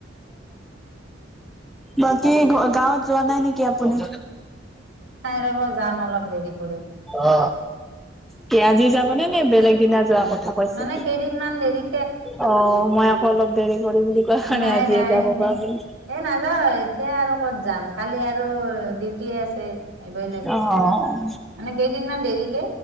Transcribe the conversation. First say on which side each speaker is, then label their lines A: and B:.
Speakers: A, in the centre; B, on the right (about 65°).
A: বাকী গাঁৱত যোৱা নাই নেকি আপুনি?
B: নাই ৰব যাম অলপ দেৰি কৰি।
A: অ কি আজি যাবনে নে বেলেগ দিনা যোৱা কথা কৈছে?
B: মানে কেইদিন মান দেৰি
A: অ' মই <unintelligible> কোৱা কাৰণে
B: নাই
A: আজিয়ে
B: নাই,
A: যাব পাৰোঁ।
B: এই নাযাও এতিয়া আৰু ক'ত যাম। কালি আৰু ডিউটি আছে এইবাৰ
A: অ
B: মানে কেইদিনমান দেৰিকে